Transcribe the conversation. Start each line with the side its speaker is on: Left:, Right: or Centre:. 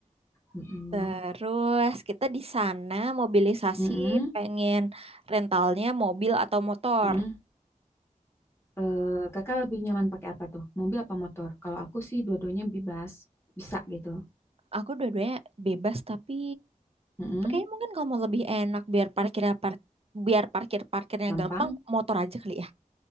Left: Mm-mm.
Right: Terus kita di sana mobilisasi
Left: Mm-mm,
Right: pengen rentalnya mobil atau motor.
Left: mm-mm. Eh, kakak lebih nyaman pakai apa tuh? Mobil apa motor? Kalau aku sih dua-duanya bebas, bisa gitu.
Right: Aku dua-duanya bebas tapi
Left: Mm-mm,
Right: Kayaknya mungkin kalau mau lebih enak biar parkirnya park biar parkir parkirnya
Left: Gampang.
Right: gampang motor aja kali ya